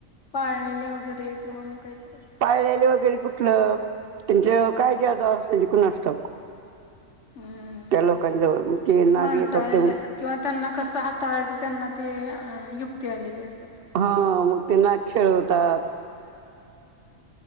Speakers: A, on the left (about 60°); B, on the right (about 55°).
A: पाळलेले वगैरे किंवा, मग काहीतर असं.
B: पाळलेले वगैरे कुठलं त्यांच्यावर काय जादू असायची कुणास ठाऊक.
A: हम्म
B: त्या लोकांजवळ तेे ना
A: माणसाळलेले
B: येतात ते
A: असतात किंवा त्यांना कसं हाताळायचं त्यांना ते, युक्ती आलेली असत.
B: हा मग तेना खेळवतात.